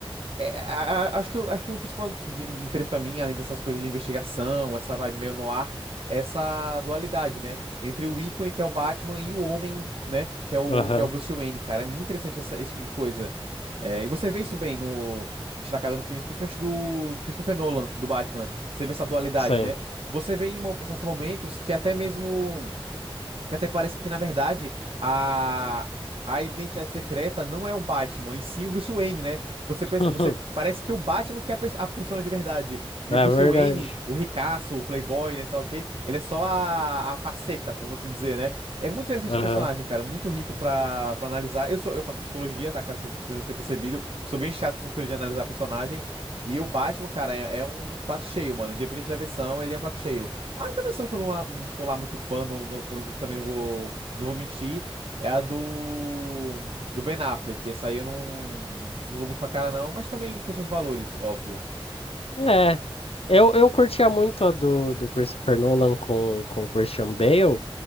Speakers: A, on the right; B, on the left.
A: é, a- a- acho que, o- acho que o principal de interesse pra mim, além dessas coisas de investigação, essa vibe meio noir, é essa dualidade, né? Entre o ícone, que é o Batman, e o homem, né? Que é o,
B: Aham,
A: que é o Bruce Wayne, cara. É muito interessante essa- esse tipo de coisa. É, e você vê isso bem no destacado no filme, principalmente do, do Christopher Nolan, do Batman. Você vê essa dualidade,
B: sim.
A: né? Você vê em, mo- em certos momentos que até mesmo. Que até parece que, na verdade, a, a identidade secreta não é o Batman, e sim o Bruce Wayne, né? Você,
B: <laughs>
A: pensa- você parece que o Batman que é a, pe- a persona de verdade. E o Bruce
B: É verdade.
A: Wayne, o ricaço, o playboy, né, sei lá o quê, ele é só a, a faceta, como assim dizer, né? É muito interessante
B: Aham.
A: o personagem, cara. Muito rico pra, pra analisar. Eu sou, eu faço psicologia, tá? Caso você não tenha percebido. Eu sou bem chato com essas coisas de analisar personagem. E o Batman, cara, é, é um prato cheio, mano. Independente da versão, ele é um prato cheio. A única versão que eu não, lá- não sou lá muito fã, não, não- não- também não vou, não vou mentir, é a do, do Ben Affleck. Essa aí eu não, não vou muito com a cara, não, mas também tem seus valores, óbvio.
B: É, eu, eu curtia muito a do, do Christopher Nolan com, com Christian Bale,